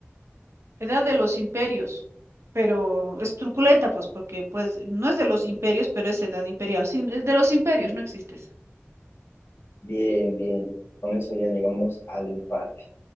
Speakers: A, on the right; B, on the left.
A: edad de los imperios. Pero es truculenta, pues, porque pues no es de los imperios, pero es edad imperial. Sí, es de los imperios, no existe.
B: Bien, bien. Con eso ya llegamos al empate.